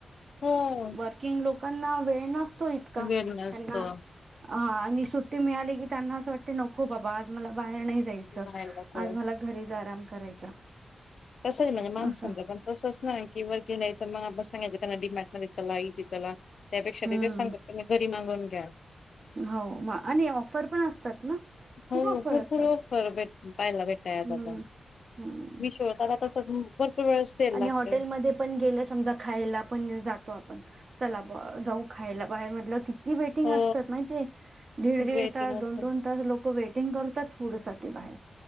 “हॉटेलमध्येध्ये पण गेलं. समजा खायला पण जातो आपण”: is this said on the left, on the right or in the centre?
Right